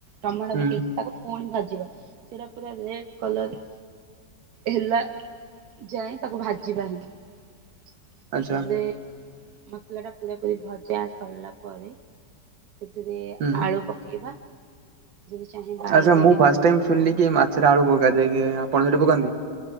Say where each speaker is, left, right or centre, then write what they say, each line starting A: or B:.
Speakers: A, on the right; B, on the right.
A: ଟମାଣ
B: ହୁଁ
A: ପକେଇକି ତାକୁ ପୁଣି ଭାଜିବା। ସେଟା ପୁରା ରେଡ କଲର ହେଲା ଯାଏ ତାକୁ ଭାଜିବା ହିଁ। ତାପରେ-
B: ଆଚ୍ଛା
A: ମସଲା ଟା ପୁରା ପୁର ଭଜା ସରିଲା ପରେ ସେଥିରେ
B: ହୁଁ
A: ଆଳୁ ପକେଇବା। ଯଦି ଚାହିଁବା
B: ଆଚ୍ଛା
A: ଆଳୁ ପକେଇବା।
B: ମୁଁ ଫାଷ୍ଟ ଟାଇମ ଶୁଣିଲି କି ମାଛରେ ଆଳୁ ପକାଯାଇକି। ଆପଣ ସେଠି ପକାନ୍ତି?